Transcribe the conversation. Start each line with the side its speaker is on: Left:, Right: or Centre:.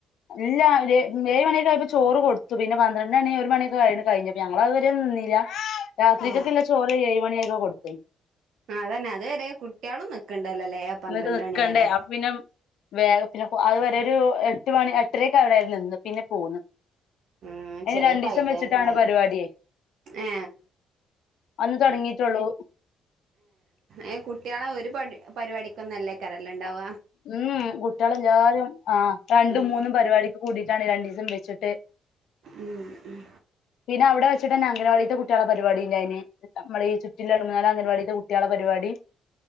Left: ഇല്ല ഏഴ് മണിക്കെ ആയപ്പോ ചോറ് കൊടുത്തു പിന്നെ പന്ത്രണ്ട് മണി ഒരു മണിക്കെ കഴി കഴിഞ്ഞപ്പോ ഞങ്ങള് അതുവരെ നിന്നില്ല രാത്രിക്കൊക്കെള്ള
Right: ആ
Left: ചോറ് ഏഴ് മണി ആയപ്പോ കൊടുത്തു
Right: ആഹ് അതന്നെ അതുവരെ കുട്ടികളും നിക്കണ്ടല്ലോല്ലേ പന്ത്രണ്ട്
Left: എന്നിട്ട് നിക്കണ്ടേ
Right: മണി വരെ
Left: അപ്പ പിന്നെ വേഗ പിന്നെ അതു വരെ ഒരു എട്ട് മണി എട്ടരക്ക് അവിടെ നിന്ന് പിന്നെ പോന്നു
Right: ഉം
Left: ഇനി
Right: ചെറിയ
Left: രണ്ടീസം
Right: പൈതങ്ങളല്ലേ
Left: വെച്ചിട്ടാണ് പരിപാടിയെ
Right: ഏ
Left: അതും തൊടങ്ങിട്ടൊള്ളൂ
Right: ഏഹ് കുട്ടികളെ ഒരു പ പരിപാടിക്കൊന്നല്ലേ <unintelligible> ല്ലേണ്ടാവ
Left: ഉം കുട്ടികളെല്ലാരും ആ രണ്ടും
Right: ഉം
Left: മൂന്നും പരിപാടിക്ക് കൂടിട്ടാണ് രണ്ടു ദിവസം വെച്ചിട്ടെ
Right: ഉം ഉം
Left: പിന്നെ അവിടെ വച്ചിട്ടന്നെ അംഗനവാടിത്തെ കുട്ടികളെ പരിപാടിണ്ടായിന് നമ്മള ഈ ചുറ്റും കെടന്നവര അംഗനവാടിത്ത കുട്ടികളെ പരിപാടി